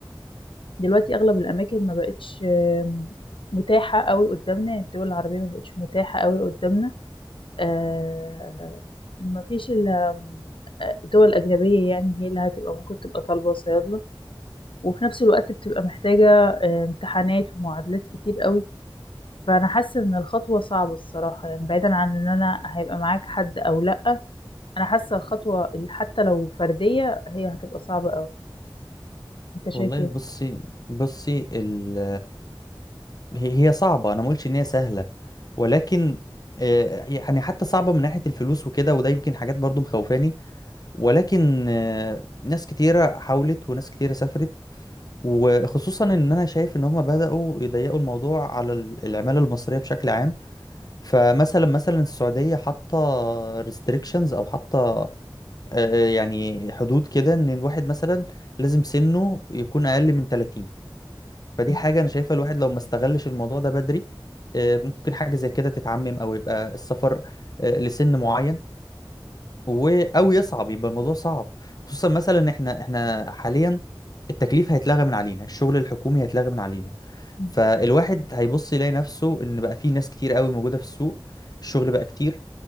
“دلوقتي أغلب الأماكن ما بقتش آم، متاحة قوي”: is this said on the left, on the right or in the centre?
Left